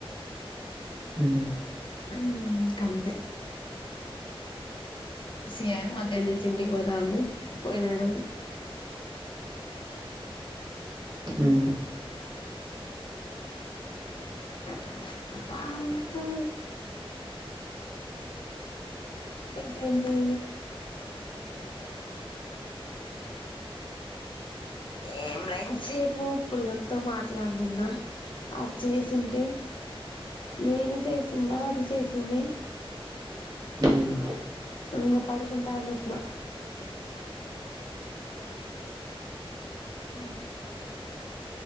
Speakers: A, on the right; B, on the left.
A: మ్
B: హుమ్ ఇక అంతే సియాల మధ్యాహ్న నుంచి ఇంటికి పోతా అంది పోయినాడు
A: ఉమ్
B: ఆ ఇంట్లో ఇంకేంటి ఏం లే ఇంతసేపు పుల్లంతో మాట్లాడిన్న అది చేసింటే నేను చేసిన్నా అది చేసింది
A: మ్మ్.
B: ఇంగ పడుకుంటా అని చెప్పిన ఉ